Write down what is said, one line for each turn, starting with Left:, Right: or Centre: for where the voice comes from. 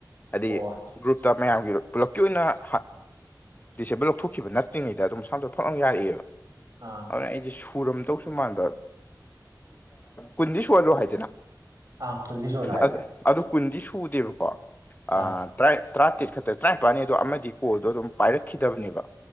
Left: ꯍꯥꯏꯗꯤ
Right: ꯑꯣ
Left: ꯒ꯭ꯔꯨꯞꯇ ꯃꯌꯥꯝꯒꯤ ꯄꯨꯂꯞꯀꯤ ꯑꯣꯏꯅ <unintelligible> ꯗꯤꯁꯦꯕꯜ ꯂꯧꯊꯣꯛꯈꯤꯕ ꯅꯠꯇ꯭ꯔꯤꯉꯗ ꯑꯗꯨꯝꯁꯥꯝꯗ ꯐꯣꯔ ꯑꯃ ꯌꯥꯔꯛꯑꯦꯕ
Right: ꯑꯥ
Left: ꯑꯗꯨ ꯑꯩꯁꯦ ꯁꯨꯔꯝꯗꯧꯁꯨ ꯃꯥꯟꯕ ꯀꯨꯟꯗꯤ ꯁꯨꯍꯜꯂꯣ ꯍꯥꯏꯗꯅ
Right: ꯑꯥ ꯀꯨꯟꯗꯤ ꯁꯨꯍꯜꯂ‌ꯣ ꯍꯥꯏꯕꯅ‌ꯦ
Left: ꯑꯗꯨ ꯑꯗꯨ ꯀꯨꯟꯗꯤ ꯁꯨꯗꯦꯕꯀꯣ <unintelligible>
Right: ꯑꯥ
Left: ꯇꯔꯥꯇꯔꯦꯠ ꯈꯛ ꯇꯔꯥꯅꯤꯄꯥꯜꯅꯤꯗꯣ ꯑꯃꯗꯤ ꯀꯣꯜꯗꯣ ꯑꯗꯨꯝ ꯄꯥꯏꯔꯛꯈꯤꯗꯕꯅꯦꯕ